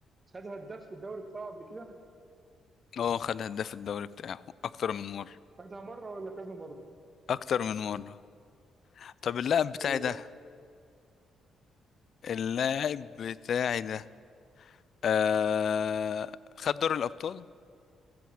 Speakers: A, on the right; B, on the left.
A: خد هداف في الدوري بتاعه قبل كده؟
B: اه خد هداف الدوري بتاعه اكتر من مرة
A: خدها مره ولا كذا مره؟
B: اكتر من مرة طب اللاعب بتاعي
A: حلو
B: ده
A: ده
B: اللاعب بتاعي ده آه خد دوري الابطال